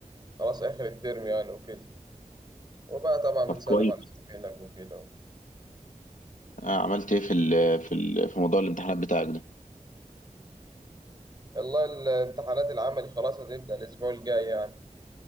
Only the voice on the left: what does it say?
طب كويس
آه عملت ايه في ال في ال في موضوع الامتحانات بتاعك ده؟